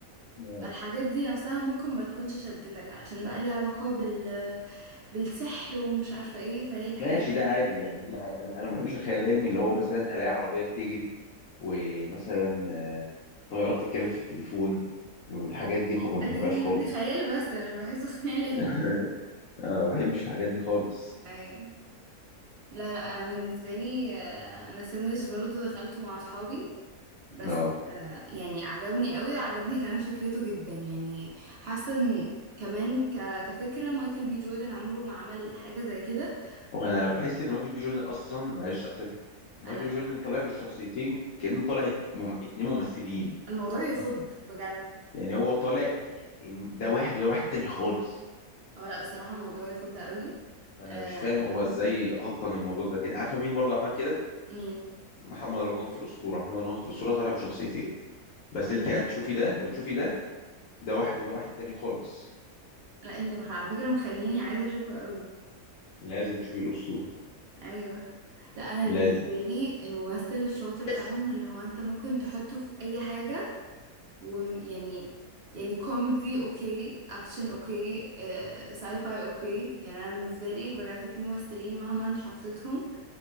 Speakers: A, on the left; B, on the right.
A: آه.
B: الحاجات دي نفسها ممكن ما تكونش شدتك عشان بقى ليها علاقة بال بالسحر ومش عارفة ايه فهي الحاجات
A: ماشي
B: اللي-
A: ده عادي يعني دي عادي. انا أنا ما بحبش الخيال العلمي اللي هو مثلا الاقي عربيه بتجري ومثلا آه، طيارة بتتكلم في التليفون والحاجات دي خب ما
B: دي,
A: بحبهاش
B: دي,
A: خالص
B: دي خيال بس أنا مش بحسه <laughs> خيال
A: <laughs>
B: علمي
A: آه، ما بحبش الحاجات دي خالص
B: ايوه لا لا انا بالنسبة لي آه، انا سينج برضو دخلته مع اصحابي بس
A: اه
B: آه، يعني عجبني قوي عجبني كمان فكرته جدا يعني حاسه ان كمان ك... كفكره مايكل بي جوردن عمره ما عمل حاجه زي كده
A: وانا
B: و
A: بحس ان مايكل بي جوردن اصلا معلش قطعتك مايكل
B: آه، لا براحته
A: بي جوردن طالع بالشخصيتين كأنه طالع مم... اتنين ممثلين
B: الموضوع يخض بجد
A: يعني هو طالع إن ده واحد وده واحد تاني خالص
B: اه لا بصراحه الموضوع يخض قوي
A: انا
B: آه
A: مش فاهم
B: انا كمان
A: هو ازاي اتقن الموضوع ده كده عارفه مين برضه عمل كده
B: مين
A: محمد رمضان في الاسطوره محمد رمضان في الاسطوره طالع بشخصيتين بس انت
B: ايه ده
A: هتشوفي ده وتشوفي ده ده واحد وده واحد تاني خالص
B: لا انت مخ... على فكره مخليني عايزه اشوفه قوي
A: لازم تشوفي الاسطوره
B: ايوه لا انا
A: لازم
B: بالنسبه لي الممثل الشاطر
A: تسلم.
B: فعلا اللي هو انت ممكن تحطه في اي حاجه ويعني يعني كوميدي اوكي اكشن اوكي آه، ساي فاي اوكي يعني انا بالنسبه لي بجد في ممثلين مهما حطيتهم